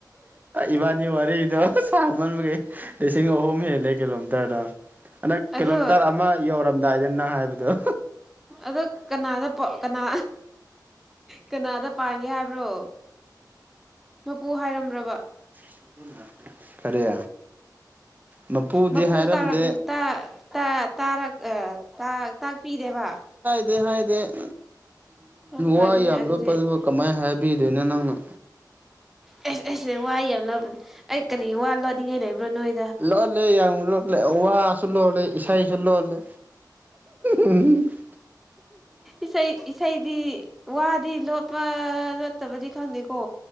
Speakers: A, on the right; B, in the centre.
A: ꯏꯕꯥꯅꯤ ꯋꯥꯔꯤꯗꯣ ꯁꯥꯡꯃꯟꯕꯒꯤ ꯂꯤꯁꯤꯡ ꯑꯍꯨꯝ ꯍꯦꯜꯂꯦ ꯀꯤꯂꯣꯝꯃꯤ ꯇꯔꯗ ꯅꯛ ꯀꯤꯂꯣꯃꯤꯇꯔ
B: ꯑꯗꯣ
A: ꯑꯃ ꯌꯧꯔꯝꯗꯥꯏꯗ ꯅꯪ ꯍꯥꯏꯕꯗꯣ
B: ꯑꯗꯣ ꯀꯅꯥꯗ ꯀꯅꯥ ꯀꯅꯥꯗ ꯄꯥꯡꯒꯦ ꯍꯥꯏꯕ꯭ꯔꯣ ꯃꯄꯨ ꯍꯥꯏꯔꯝꯕꯔ꯭ꯕ
A: <unintelligible> ꯀꯔꯤ ꯃꯄꯨꯗꯤ
B: ꯃꯄꯨ
A: ꯍꯥꯏꯔꯝꯗꯦ
B: ꯇꯔꯛ ꯇꯥ ꯇꯥ ꯇꯥꯔꯛ ꯑꯥ ꯇꯥꯛ ꯇꯥꯛꯄꯤꯗꯦꯕ
A: ꯑꯗꯨꯗꯤ ꯍꯥꯏꯗꯦ
B: ꯍꯣꯏ ꯐꯔꯦꯅꯦ
A: ꯋꯥ ꯌꯥꯝ
B: ꯑꯗꯨꯗꯤ
A: ꯂꯣꯠꯄꯗꯨꯕꯨ ꯀꯃꯥꯏꯅ ꯍꯥꯏꯕꯤꯗꯣꯏꯅꯣ ꯅꯪꯅ
B: ꯑꯦꯁ ꯑꯦꯁ ꯋꯥ ꯌꯥ ꯂꯣꯕꯅꯦ ꯑꯩ ꯀꯔꯤ ꯋꯥ ꯂꯣꯠꯅꯤꯡꯉꯩ ꯂꯩꯕ꯭ꯔꯣ ꯅꯣꯏ
A: ꯂꯣꯜꯂꯦ ꯌꯥꯝ ꯂꯣꯜꯂꯦ ꯋꯥꯁꯨ ꯂꯣꯜꯂꯦ ꯏꯁꯩꯁꯨ ꯂꯣꯜꯂꯦ <unintelligible>
B: ꯏꯁꯩ ꯏꯁꯩꯗꯤ ꯋꯥꯗꯤ ꯂꯣꯠꯄ ꯂꯣꯠꯇꯕꯗꯤ ꯈꯪꯗꯦꯀꯣ